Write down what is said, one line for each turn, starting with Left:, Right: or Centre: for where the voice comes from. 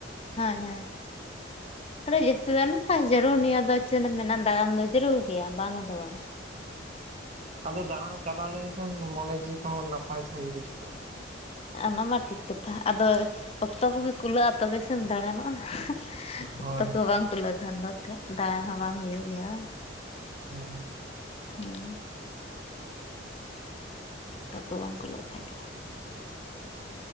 Left: ᱦᱳᱭ ᱦᱮᱸ ᱟᱹᱰᱤ ᱡᱟᱹᱥᱛᱤ ᱫᱚ ᱱᱚᱝᱠᱟ ᱡᱟᱹᱨᱩᱲ ᱱᱤᱭᱟᱹ ᱫᱚ ᱪᱮᱫ ᱢᱮᱱᱟᱜᱼᱟ ᱫᱟᱬᱟᱱ ᱫᱚ ᱡᱟᱹᱨᱩᱲ ᱜᱮᱭᱟ ᱵᱟᱝ ᱫᱚ ᱵᱟᱝ ᱾
Right: ᱟᱫᱚ ᱫᱟᱬᱟᱱ ᱪᱟᱞᱟᱣ ᱞᱮᱱᱠᱷᱟᱱ ᱢᱚᱱᱮ ᱡᱤᱣᱤ ᱠᱚᱦ ᱱᱟᱯᱟᱭ ᱥᱟᱹᱦᱤᱡ ᱵᱩᱡᱷᱟᱹᱜ ᱾
Left: ᱚᱱᱟ ᱢᱟ ᱴᱷᱤᱠ ᱠᱟᱛᱷᱟ ᱟᱫᱚ ᱚᱠᱛᱚ ᱠᱚᱜᱮ ᱠᱩᱞᱟᱹᱜᱼᱟ ᱛᱚᱵ ᱥᱮᱢ ᱫᱟᱬᱟᱱᱚᱜᱼᱟ ᱾
Right: ᱦᱳᱭ
Left: ᱚᱠᱛᱚ ᱠᱚ ᱵᱟᱝ ᱠᱩᱞᱟᱹᱜ ᱠᱷᱟᱱ ᱫᱚ ᱮᱱᱛᱮ ᱫᱟᱬᱟᱱ ᱦᱚᱸ ᱵᱟᱝ ᱦᱩᱭᱩᱜ ᱜᱮᱭᱟ ᱾
Right: ᱦᱮᱸ
Left: ᱦᱩᱸ ᱚᱠᱛᱚ ᱠᱚ ᱵᱟᱝ ᱠᱩᱞᱟᱹᱜ ᱠᱷᱟᱡ ᱫᱚ ᱾